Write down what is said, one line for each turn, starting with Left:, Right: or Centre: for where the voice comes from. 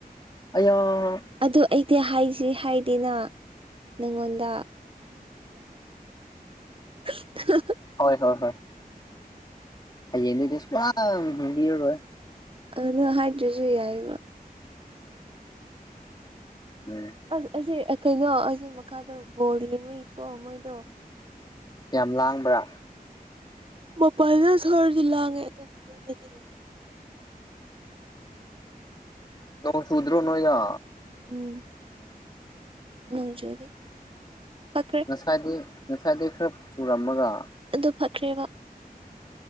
Left: ꯑ
Right: ꯑꯗꯨ ꯑꯩꯗꯤ ꯍꯥꯏꯁꯤ꯭ꯔꯤ ꯍꯥꯏꯗꯅ ꯅꯪꯉꯣꯟꯗ
Left: <unintelligible>
Right: <unintelligible>
Left: ꯍꯣꯏ ꯍꯣꯏ ꯍꯣꯏ ꯍꯥꯏꯌꯦꯡꯅꯤꯇꯁ ꯄꯨꯔꯥ ꯍꯤꯟꯗꯤ ꯔꯣꯏꯦ
Right: ꯑꯗꯨꯗ ꯍꯥꯏꯗ꯭ꯔꯁꯨ ꯌꯥꯏꯑꯕ
Left: ꯎꯝ
Right: ꯑꯁ ꯑꯁꯤꯁ ꯀꯩꯅꯣ ꯑꯁꯤꯁꯦ ꯃꯈꯥꯗ ꯕꯣꯜ ꯌꯦꯡꯉꯨꯏꯀꯣ ꯃꯣꯏꯗꯣ
Left: ꯌꯥꯝ ꯂꯥꯡꯕ꯭ꯔꯥ
Right: ꯃꯄꯜꯅ ꯁꯣꯔꯗꯤ ꯂꯥꯡꯉꯦ ꯑꯗꯨ ꯃꯅꯨꯡꯗꯗꯤꯦ
Left: ꯅ ꯁꯨꯗ꯭ꯔꯣ ꯅ ꯌꯥ
Right: ꯎꯝ ꯅꯣꯡꯖꯨꯗꯤ ꯐꯈ꯭ꯔꯦ
Left: ꯉꯁꯥꯏꯗꯒꯤꯩ ꯉꯁꯥꯏꯗꯒꯤꯩ ꯈꯔ ꯆꯨꯔꯝꯃꯒ
Right: ꯑꯗꯨ ꯐꯈ꯭ꯔꯦꯕ